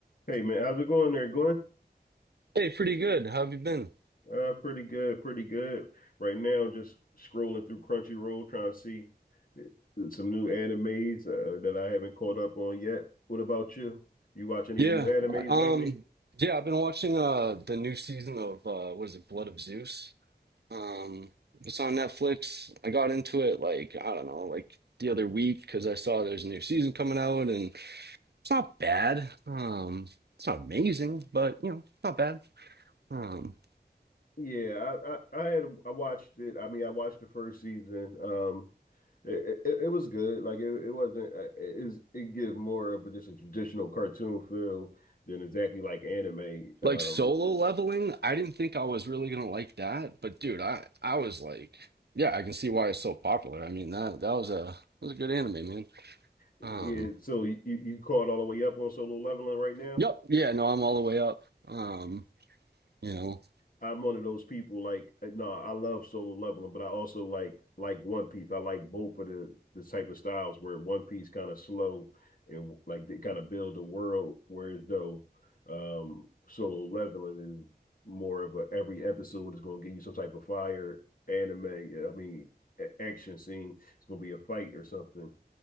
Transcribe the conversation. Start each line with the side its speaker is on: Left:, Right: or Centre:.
Left: Hey man, how's it going there, Glenn?
Right: Hey, pretty good. How have you been?
Left: Uh, pretty good, pretty good. Right now, just scrolling through Crunchyroll, trying to see some new animes uh, that I haven't caught up on yet. What about you? You watch any
Right: Yeah.
Left: new animes
Right: Um,
Left: lately?
Right: yeah, I've been watching uh the new season of uh what is it, Blood of Zeus. Um, it's on Netflix. I got into it like, I don't know, like the other week because I saw there's a new season coming out and it's not bad. Um, it's not amazing, but you know, not bad. Um,
Left: Yeah, I, I I had I watched it. I mean, I watched the first season. Um, it it, it was good. Like it, it wasn't. uh, It is it gives more of a, just a traditional cartoon feel than exactly like anime. Um,
Right: like solo leveling, I didn't think I was really gonna like that, but dude, I I was like, yeah, I can see why it's so popular. I mean, that that was a that was a good anime, man.
Left: yeah.
Right: Um
Left: So you you you caught all the way up on Solo Leveling right now?
Right: Yep. Yeah. No, I'm all the way up. Um, you know.
Left: I'm one of those people like no, I love solo leveling, but I also like like One Piece. I like both of the the type of styles where One Piece kind of slow and like they kind of build a world, whereas though um solo leveling is more of a every episode is going to give you some type of fire anime. I mean, a- action scene. It's going to be a fight or something.